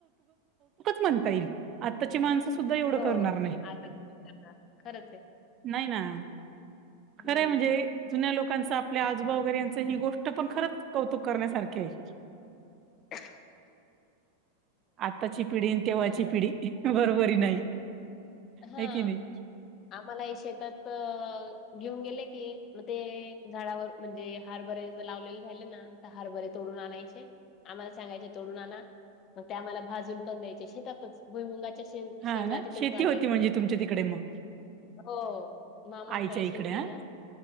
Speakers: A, on the right; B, on the left.
A: म्हण ये आ माण <unintelligible> सुद्धा
B: हो,
A: करणार
B: आता तुम्ही करणार. खरंच आहे.
A: नाही, नाही? खरं
B: हं,
A: म्हणजे, जुन्या लोकांचं आपल्या आजोबा वगैरे यांच ही गोष्ट पण खरंच कौतुक करण्यासारखी आहे?
B: ह,
A: आत्ताची पिढी आणि तेव्हाची
B: आहे.
A: पिढी बरोबर नाही?
B: हा?
A: आहे की नाही
B: अम्हाला हे शेतात... घेऊन गेल.. की मग ते झाडावर, म्हणजे हारभरे लावलेले राहिले ना. तर तोडून आणायचे? आम्हाला सांगायचे तोडूनना आना, मग ते आम्हाला भाजून पण द्यायचे शेतातच? भुई मुंगाच्या शे
A: हा
B: शेंगा
A: ना
B: तिथच
A: शेती
B: भागायच
A: होती म्हणजे तुमच्या तिकडे मग
B: हो, मामांकडे
A: आईच्या इकडे
B: श यती
A: हा
B: ना.